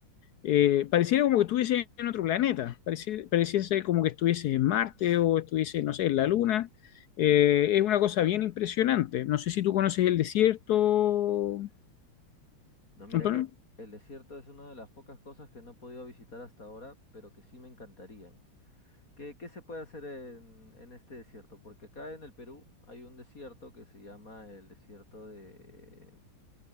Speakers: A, on the left (about 70°); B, on the left (about 40°).
A: eh, pareciera como que estuviese en otro planeta, pareci- pareciese como que estuviese en Marte o estuviese, no sé, en la Luna. Eh, es una cosa bien impresionante. No sé si tú conoces el desierto,
B: No, mira
A: Antonio.
B: que el desierto es una de las pocas cosas que no he podido visitar hasta ahora, pero que sí me encantarían. ¿Qué, qué se puede hacer en, en este desierto? Porque acá en el Perú hay un desierto que se llama el desierto de,